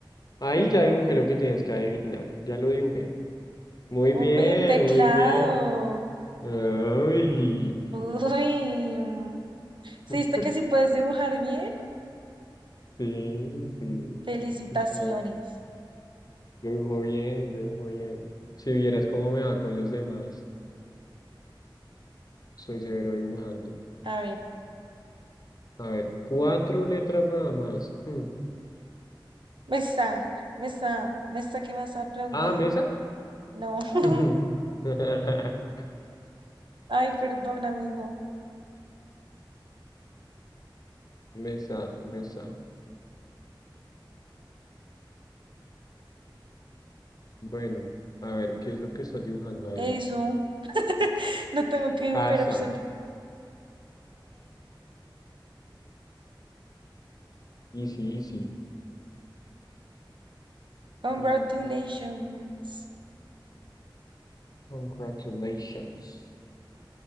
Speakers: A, on the left; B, on the right.
A: Ahí ya dibujé lo que tienes que adivinar. Ya lo dibujé. Muy
B: Uy,
A: bien,
B: un teclado.
A: muy bien. Ay.
B: Uy. ¿Se
A: <laughs>
B: diste que sí puedes dibujar bien?
A: Sí, sí.
B: Felicitaciones.
A: Sí, claro. Yo dibujo bien, yo dibujo bien. Si vieras cómo me va con los demás, soy severo dibujante.
B: A ver,
A: A ver, cuatro letras nada más. Hmm.
B: me está, me está, me está que más aplauda.
A: Ah, mesa.
B: No. <laughs>
A: <laughs>
B: Ay, perdón, amigo.
A: Mesa, mesa. Bueno, a ver, ¿qué es lo que estás dibujando ahí?
B: Eso, no tengo que dibujar
A: Casa.
B: absolutamente.
A: Easy, easy.
B: Congratulations.
A: Mm, Congratulations.